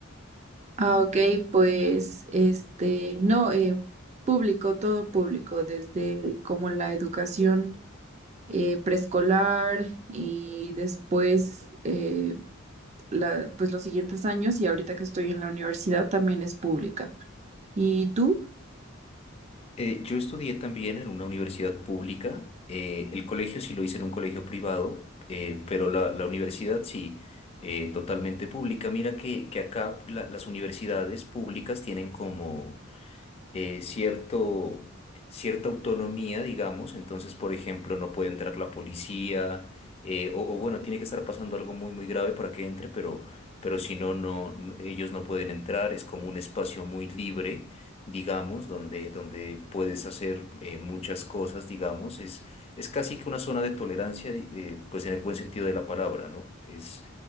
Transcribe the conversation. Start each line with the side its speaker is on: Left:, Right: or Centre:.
Right: Ah, ok, pues este, no, eh, público, todo público, desde como la educación eh, preescolar y después eh, la- pues los siguientes años y ahorita que estoy en la universidad también es pública. ¿Y tú?
Left: Eh, yo estudié también en una universidad pública. eh, el colegio sí lo hice en un colegio privado, eh, pero la, la universidad sí, eh, totalmente pública. Mira que, que acá la- las universidades públicas tienen como eh, cierto, cierta autonomía, digamos. Entonces, por ejemplo, no puede entrar la policía, eh, o, o bueno, tiene que estar pasando algo muy, muy grave para que entre, pero, pero si no, no, n- ellos no pueden entrar. Es como un espacio muy libre digamos, donde, donde puedes hacer eh, muchas cosas, digamos, es, es casi que una zona de tolerancia, eh, pues en el buen sentido de la palabra, ¿no? Es,